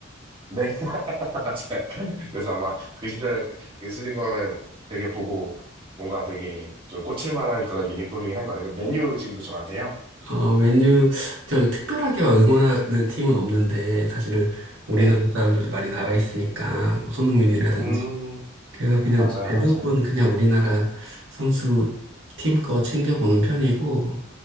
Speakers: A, on the right; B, on the right.
A: 네. <laughs> 맞아요. 그래서 아마 그 시절 그 그 쓰신 거면 되게 보고 뭔가 되게 좀 꽂힐 만한 그런 유니폼이긴 한 것 같아요. 그 메뉴 지금도 좋아하세요?
B: 어, 맨유, 저 특별하게 막 응원하는 팀은 없는데 사실은 우리나라
A: 네네.
B: 사람들도 많이 나가 있으니까 뭐 손흥민이라든지
A: 음,
B: 그래서 그냥
A: 맞아요,
B: 대부분
A: 맞아요.
B: 그냥 우리나라 선수 팀 거 챙겨보는 편이고,